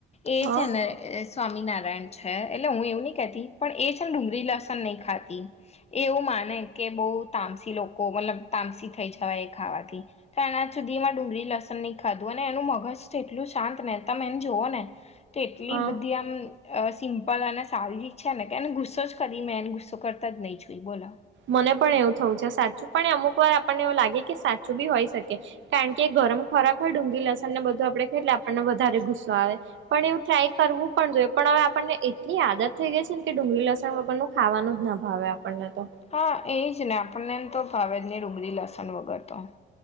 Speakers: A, on the left (about 30°); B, on the right (about 70°).
A: એ
B: હા
A: છે ને સ્વામિનારાયણ છે એટલે હું એવું નહીં કેતી પણ એ છે ને ડુંગરી લસન નહી ખાતી એ એવું માને કે બહુ તામસી લોકો મતલબ તામસી થઈ જાવાય એ ખાવાથી. તો એના આજ સુધીમાં ડુંગરી લસણ નહીં ખાધું અને એનું મગજ તો એટલું શાંત ને તમે એમ જોવો ને તો એટલી
B: હા
A: બધી આમ અ સિમ્પલ અને સારી છે ને કે એને ગુસ્સો જ કરી મેંને ગુસ્ કરતા જ નહી જોઈ, બોલો.
B: મને પણ એવું થવું છે સાચું પણ અમુક વાર આપણને એવું લાગે કે સાચું બી હોય શકે. કારણ કે ગરમ ખોરાક હોય ડુંગળી લસણ ને બધું આપડે ખાયે એટલે આપણને વધારે ગુસ્સો આવે. પણ એવું ટ્રાય કરવું પણ જોઈએ પણ હવે આપણને એટલી આદત થઈ ગઈ છે ને કે ડુંગળી લસણ વગરનું ખાવાનું જ ના ભાવે આપણને તો
A: હા એ જ ને આપણને એમ તો ફાવે જ નઈ ડુંગળી લસણ વગર તો.